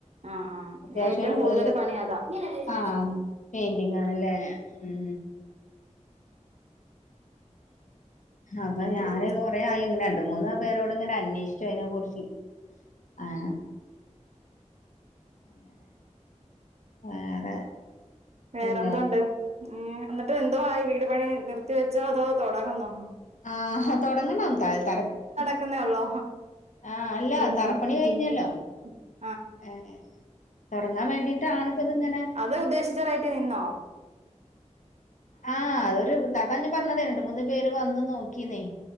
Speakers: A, on the right; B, on the left.
A: ആഹ് ആഹ്
B: അത്യാവശ്യം
A: ഏറ്റവും
B: ഒരു
A: കൂടുതല്
B: അല്ല
A: പണി അതാ
B: ആ
A: ഉം
B: പെയിന്റിങ്ങാണ് ല്ലേ ഉം അപ്പൊ ഞാന്
A: ഉം
B: കൊറേ ആയി ഇങ്ങനെ രണ്ട് മൂന്ന് പേരോട്ങ്ങനെ അന്വേഷിച്ചു അയ്നെ കുറിച്ച് ആഹ് അങ്ങനെ വേറെ
A: വേറെന്തോണ്ട്,
B: പിന്നെ
A: ഉം എന്നിട്ട് എന്തോ ആയി വീട് പണി നിർത്തി വെച്ചോ അതോ തൊടങ്ങുന്നോ
B: ആഹ് തൊടങ്ങണം താഴെ തറ ഉം.
A: ക്ക്ന്നേള്ളോ
B: ആഹ് അല്ല
A: <unintelligible>
B: തറപ്പണി കഴിഞ്ഞല്ലോ ഏഹ് തൊടങ്ങാൻ വേണ്ടിട്ടാണ്‌പ്പത്ങ്ങനെ
A: ത് ഉദ്ദേശിച്ച റൈറ്റി നിന്നോ
B: ആഹ് അതൊരു അതാ ഞാൻ പറഞ്ഞത് രണ്ട് മൂന്ന് പേര് വന്നു നോക്കീന്നേ